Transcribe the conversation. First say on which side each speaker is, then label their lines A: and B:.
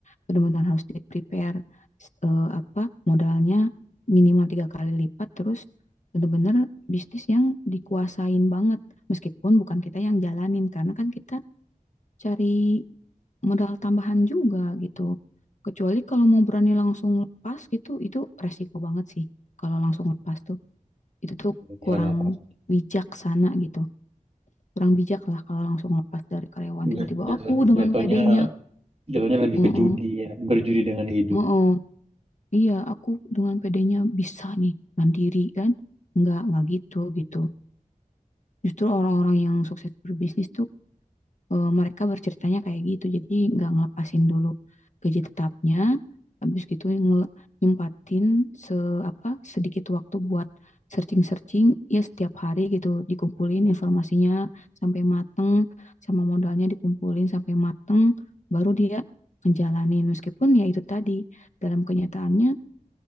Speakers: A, on the left; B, on the right.
A: benar-benar harus di-prepare s- eh, apa modalnya minimal tiga kali lipat. Terus benar-benar bisnis yang dikuasain banget. Meskipun bukan kita yang jalanin karena kan kita cari modal tambahan juga gitu. Kecuali kalau mau berani langsung lepas gitu, itu resiko banget sih. Kalau langsung lepas tuh, itu tuh
B: Iyalah
A: kurang
B: pasti.
A: bijaksana gitu. Kurang bijak lah kalau langsung lepas dari karyawan. Tiba-tiba
B: Jat- Jatuhnya,
A: aku dengan
B: jatuhnya
A: pedenya
B: jatuhnya lebih
A: nya
B: ke
A: oh,
B: judi ya, berjudi dengan hidup.
A: oh, iya aku dengan pedenya bisa nih mandiri kan. nggak nggak gitu gitu. Justru orang-orang yang sukses berbisnis tuh eh, mereka berceritanya kayak gitu jadi nggak ngelepasin dulu gaji tetapnya habis gitu ngel- nyempatin se apa sedikit waktu buat searching-searching ya setiap hari gitu dikumpulin informasinya sampai mateng sama modalnya dikumpulin sampai mateng baru dia ngejalanin meskipun ya itu tadi dalam kenyataannya